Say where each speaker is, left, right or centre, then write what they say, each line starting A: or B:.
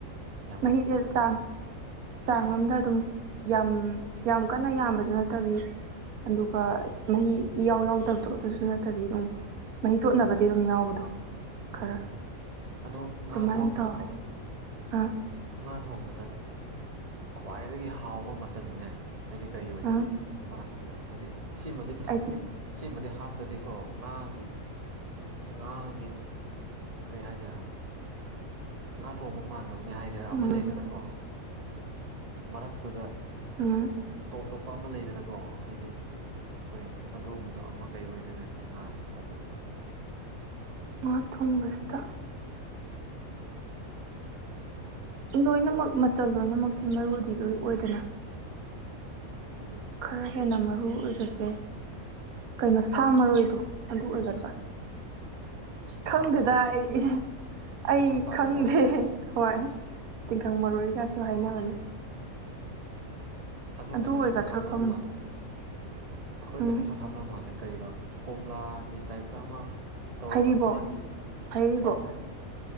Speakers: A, on the right; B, on the right.
A: ꯌꯥꯝꯍꯟꯗꯕꯤꯗ
B: ꯃꯍꯤꯁꯦ
A: ꯑꯗꯨꯝ
B: ꯆꯥꯡ ꯆꯥꯡ ꯑꯝꯗ ꯑꯗꯨꯝ ꯌꯥꯝ
A: ꯎꯝ
B: ꯌꯥꯝ ꯀꯟꯅ ꯌꯥꯝꯕꯁꯨꯅ ꯅꯠꯇꯕꯤ ꯑꯗꯨꯒ ꯃꯍꯤ ꯏꯌꯥꯎ ꯌꯥꯎꯗꯕꯗꯣ ꯑꯗꯨꯁꯨ ꯅꯠꯇꯕꯤ ꯑꯗꯨꯝ
A: ꯎꯝ
B: ꯃꯍꯤ ꯇꯣꯠꯅꯕꯗꯤ ꯑꯗꯨꯝ ꯌꯥꯎꯕꯗꯣ ꯈꯔ
A: ꯎꯝ ꯑꯗꯣ ꯉꯥ
B: ꯑꯗꯨꯃꯥꯏꯅ
A: ꯊꯣꯡꯕꯗꯀꯣ
B: ꯇꯧꯋꯤ ꯑꯥ
A: ꯉꯥ ꯊꯣꯡꯕꯗ ꯈ꯭ꯋꯥꯏꯗꯒꯤ ꯍꯥꯎꯕ ꯃꯆꯜꯁꯦ ꯍꯥꯏꯗꯤ ꯀꯔꯤ ꯑꯣꯏꯗꯣꯏꯅꯣ
B: ꯑꯥ
A: ꯃꯔꯛꯁꯤꯗ ꯍꯥꯏꯗꯤ ꯁꯤꯃꯗꯤ ꯊꯝ
B: ꯑꯩꯗꯤ
A: ꯁꯤꯃꯗꯤ ꯍꯥꯞꯇ꯭ꯔꯗꯤꯀꯣ ꯉꯥꯒꯤ ꯉꯥꯒꯤ ꯀꯩ ꯍꯥꯏꯖꯦ ꯉꯥꯊꯣꯡꯕ ꯃꯥꯟꯗꯕꯅꯦ ꯍꯥꯏꯖꯦꯔ
B: ꯎꯝ
A: ꯑꯃ ꯂꯩꯗꯅꯀꯣ ꯃꯔꯛꯇꯨꯗ
B: ꯎꯝ
A: ꯇꯣꯞ ꯇꯣꯞꯄ ꯑꯃ ꯂꯩꯗꯅꯀꯣ ꯍꯥꯏꯗꯤ ꯍꯣꯏ ꯑꯗꯨꯒꯨꯝꯕꯗꯣ ꯑꯃ ꯀꯩ ꯑꯣꯏꯗꯣꯏꯅꯣ ꯁꯤ ꯉꯥ ꯊꯣꯡꯕꯁꯤꯅ
B: ꯉꯥ ꯊꯣꯡꯕꯁꯤꯗ ꯂꯣꯏꯅꯃꯛ ꯃꯆꯜ ꯂꯣꯏꯅꯃꯛꯁꯦ ꯃꯔꯨꯗꯤ ꯂꯣꯏ ꯑꯣꯏꯗꯅ
A: ꯎꯝ
B: ꯈꯔ ꯍꯦꯟꯅ ꯃꯔꯨ ꯑꯣꯏꯕꯁꯦ ꯀꯩꯅꯣ ꯁꯥ ꯃꯔꯣꯏꯗꯣ ꯑꯗꯨ ꯑꯣꯏꯒꯗ꯭ꯔꯥ
A: ꯁꯥ
B: ꯈꯪꯗꯦꯗ
A: ꯃꯔꯣꯏ
B: ꯑꯩ ꯑꯩ
A: ꯇꯤꯡꯈꯪ ꯄꯥꯟꯕꯗꯣ
B: ꯈꯪꯗꯦ ꯍꯣꯏ ꯇꯤꯡꯈꯪ ꯃꯔꯣꯏꯒꯁꯨ
A: ꯑꯥ
B: ꯍꯥꯏꯅꯕꯅꯦ
A: ꯑꯗꯣ
B: ꯑꯗꯨ
A: ꯀꯩꯅꯣꯁꯨ
B: ꯑꯣꯏꯒꯗ꯭ꯔꯥ
A: ꯍꯥꯞꯅꯕ
B: ꯈꯪꯗꯦ
A: ꯃꯥꯜꯂꯦ ꯑꯩꯈꯣꯏ
B: ꯎꯝ
A: ꯀꯩꯅꯣꯁꯨ ꯍꯥꯞꯅꯕ ꯃꯥꯜꯂꯦ ꯀꯔꯤꯕ ꯀꯣꯝꯂꯥꯒꯤ ꯇꯥꯏꯞꯇ ꯑꯃ ꯇꯧꯔꯒ
B: ꯍꯩꯔꯤꯕꯣꯞ
A: ꯃꯥꯒꯤ
B: ꯍꯩꯔꯤꯕꯣꯞ
A: ꯑꯣ ꯍ